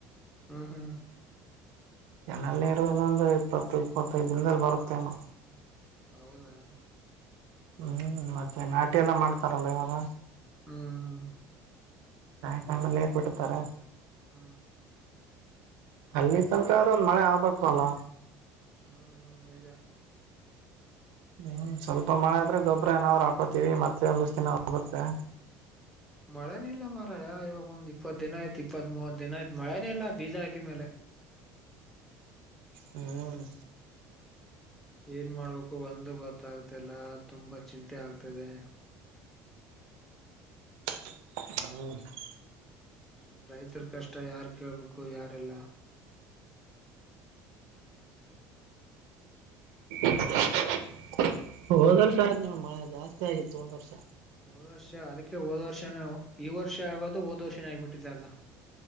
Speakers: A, in the centre; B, on the right.
A: ಹ್ಮ್ ಹ್ಮ್
B: ಜನಲ್ ನೀರು ಇನ್ನೊಂದು ಇಪ್ಪತ್ತು ಇಪ್ಪತ್ತೈದು ದಿನದಲ್ ಬರುತ್ತೇನೋ
A: ಹೌದಾ
B: ಹ್ಮ್ ಮತ್ತೆ ನಾಟಿ ಎಲ್ಲ ಮಾಡ್ತಾರಲ್ಲ ಇವಾಗ
A: ಹ್ಮ್
B: ಆಾ್ ಟೈಮಲ್ಲ ರ್ಪಡ್ತಾರ
A: ಹ್ಮ
B: ಅಲ್ಲಿ ತನಕ ಆದ್ರರು ಮಳೆ ಆಗ್ಬೇಕು ಅಲ್ಲ
A: ಹ್ಮ್ ಹ್ಮ್ ನಿಜ
B: ಹ್ಞೂ ಸ್ವಲ್ಪ ಮಳೆ ಆದರೆೆ ಗೊಬ್ಬರ ಏನ್ರುಾಕೋತೀವಿ ಮತ್ತೆ ಒಂದುಷ್ಟು ದಿನ ಹೋಗುತ್ತೆ
A: ಮಳೆನ ಇಲ್ಲ ಮಾರಯ ಇವಾಗ ಒಂದ್ ಇಪ್ಪತ್ ದಿನ ಆಯ್ತ್ ಇಪ್ಪತ್ ಮೂವತ್ ದಿನ ಆಯ್ತ್ ಮಳೆನೇ ಇಲ್ಲ ಬೀಜ ಹಾಕಿದ್ಮೇಲೆ
B: ಹ್ಮ್
A: ಏನ್ ಮಾಡ್ಬೇಕು ಒಂದು ಗೊತ್ತಾಗ್ತಲ್ಲ ತುಂಬಾ ಚಿಂತೆ ಆಗ್ತದೆ
B: ಹ್ಮ
A: ರೈತರ ಕಷ್ಟ ಯಾರ್ ಕೇಳಬೇಕು ಯಾರೆಲ್ಲ
B: <inaudible> ಹೋದ್ ವರ್ಷ ಆಯ್ತು ನೋಡ್ ಮಳೆ ಜಾಸ್ತಿ ಆಗಿತ್ತು ಹೋದ್ ವರ್ಷ
A: ಹೋದ್ ವರ್ಷ ಅದಕ್ಕೆ ಹೋದ ವರ್ಷನ ಈ ವರ್ಷ ಆಗೋದು ಹೋದ್ ವರ್ಷನೇ ಆಗ್ಿಬಿಟ್ಟಿದೆ ಅರ್ದ